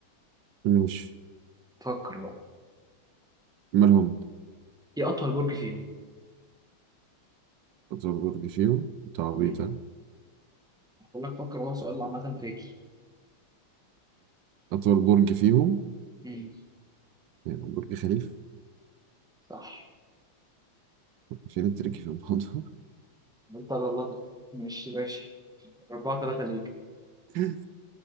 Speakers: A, on the right; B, in the centre.
A: ماشي
B: فكر بقى
A: مالهم
B: ايه اطول برج فيهم
A: أطول برج فيهم تعويضة
B: مم. هقول لك فكر هو سؤال عامة تريكي
A: أطول برج فيهم
B: مم.
A: يعني برج خليفة
B: صح
A: فين التركي في الموضوع
B: انت غلطت مش ماشي أربعة تلاتة ليك
A: <laughs>